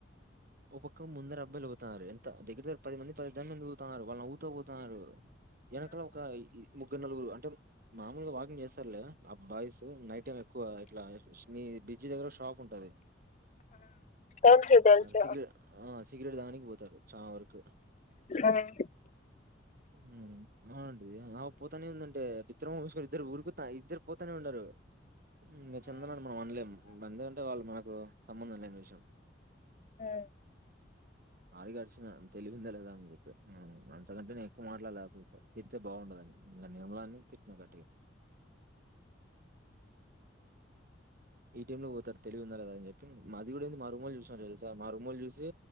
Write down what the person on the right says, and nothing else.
ఓ పక్క ముందర అబ్బలుగుతతు దగ్గ పది మంది పదిదని మంది పోతున్నారు వాళ్ళ అంత పోతారు వేనకలా ఒక నలుగురు అంటే మామూలుగా వాకింగ్ చేస్తారులే ఆ బాయ్స్ నైట్ టైం ఎక్కువ ఇట్లా మీ బిడ్జి దగ్గర షాప్ ఉంటది
సిగ్రెట్ ఆ సిగరెట్ దాగనికి పోతారు చానా వరుకు
మ్మ్ అవునండీ ఆ పోతనే ఉందంటే బిత్తర మోహమేసుకోని ఇద్దరు ఉరుకుతా ఇద్దురు పోతానే ఉండారు మ్మ్ చెందనాని మనం అనలేం మందంటే వాళ్ళు మన కు సంబంధం లేని విషయం
ఆడికి అడిచిన తెలివిందా లేదా అని జెప్పి మ్ అంతకంటేనే క్కువ మాట్లాడల్లేకపో పిల్లతో తిడితే బాగుండదని ఇంగ నిర్మలాని తిట్టిి నా గట్టిగా. ఈ టైమ్ లో పోతారు తెలివి ఉందా లేదాని చెప్పి మాది కూడా ఏంది మా రూమొల్లు చూసినారు తెల్స్ తా మా రూమొళ్ళు చూసి